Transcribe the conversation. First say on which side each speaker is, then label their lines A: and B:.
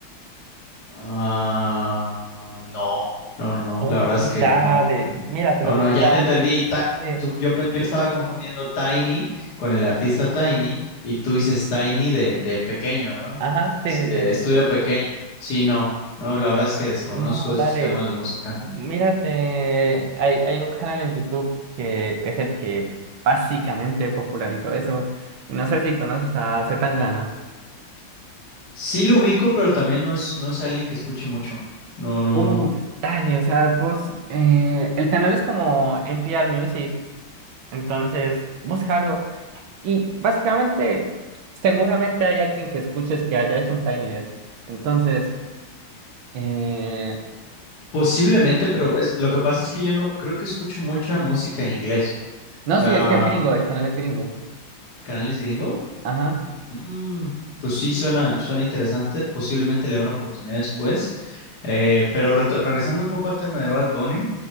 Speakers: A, on the left; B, on the right.
A: Ah, no, no, no, no,
B: Uy,
A: la verdad es que
B: dale,
A: no.
B: míratelo,
A: No, no,
B: o
A: ya
B: sea,
A: te entendí. Ta-
B: sí,
A: tú- yo, pen- yo estaba confundiendo Tiny con el artista Tiny y tú dices Tiny de, de pequeño, ¿no?
B: ajá, sí,
A: Sí, de
B: sí, sí.
A: estudio pequeño. Sí, no, no, la verdad es que desconozco
B: No,
A: esos
B: dale,
A: temas de música.
B: mírate, hay, hay un canal en YouTube que es el que básicamente popularizó eso, y no sé si conoces a C. Tangana.
A: Sí lo ubico, pero también no es, no es alguien que escuche mucho. No, no,
B: Uf,
A: no.
B: dale, o sea, vos, eh, el canal es como NPR Music, entonces búscalo y básicamente seguramente hay alguien que escuches que haya hecho un Tiny Dead entonces, eh,
A: Posiblemente, pero es, lo que pasa es que yo no creo que escucho mucha música en inglés.
B: no,
A: O sea,
B: sí, es que es gringo, el canal es gringo,
A: canales gringo.
B: ajá,
A: Mm, pues sí, suena, suena interesante. Posiblemente le dé una oportunidad después. Eh, pero reto- regresando un poco al tema de Bad Bunny,